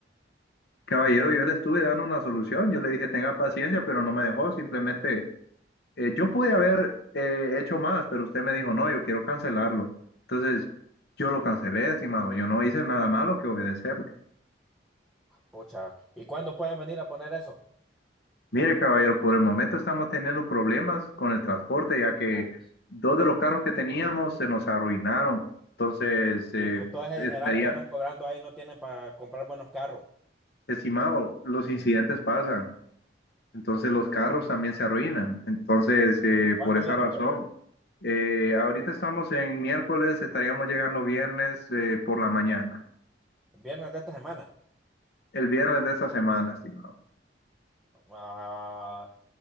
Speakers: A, on the left; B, in the centre.
A: Caballero, yo le estuve dando una solución, yo le dije tenga paciencia, pero no me dejó, simplemente eh, yo pude haber eh, hecho más, pero usted me dijo no, yo quiero cancelarlo. Entonces yo lo cancelé, estimado, yo no hice nada malo que obedecerle.
B: Pucha, ¿y cuándo pueden venir a poner eso?
A: Mire, caballero, por el momento estamos teniendo problemas con el transporte, ya que
B: Ah,
A: dos de los carros que teníamos se nos arruinaron. Entonces, eh,
B: Y con todo ese dineral
A: estaría,
B: que andan cobrando ahí no tienen para comprar buenos carros.
A: estimado, los incidentes pasan. Entonces los carros también se arruinan. Entonces, eh,
B: ¿Cuándo
A: por esa
B: vienen,
A: razón,
B: pues?
A: eh, ahorita estamos en miércoles, estaríamos llegando viernes eh, por la mañana,
B: Viernes de esta semana.
A: el viernes de esta semana, estimado.
B: Ah,